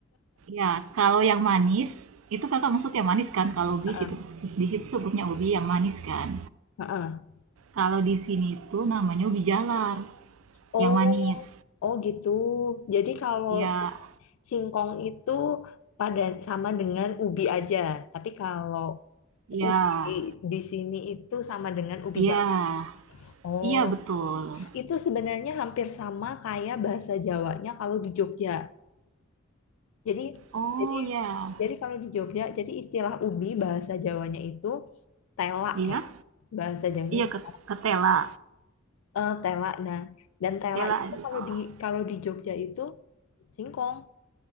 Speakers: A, on the right; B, on the left.
A: Ya, kalau yang manis, itu kakak maksud yang manis kan? Kalau ubi
B: eh,
A: situ, di situ sebutnya ubi yang manis kan?
B: Heeh.
A: Kalau di sini tuh namanya ubi jalar,
B: Oh,
A: yang manis.
B: oh gitu. Jadi kalau
A: Ya,
B: si- singkong itu pada sama dengan ubi aja, tapi kalau
A: ya,
B: ubi di sini itu sama dengan ubi
A: ya,
B: jalar. Oh,
A: iya betul.
B: itu sebenarnya hampir sama kayak bahasa Jawanya kalau di Jogja. Jadi,
A: Oh
B: jadi,
A: ya,
B: jadi kalau di Jogja, jadi istilah ubi bahasa Jawanya itu tela
A: iya,
B: ya, bahasa Jawanya
A: iya
B: itu
A: ke, ketela,
B: eh, tela. Nah, dan tela
A: tela
B: itu
A: tela
B: kalau
A: aja.
B: di kalau di Jogja itu singkong.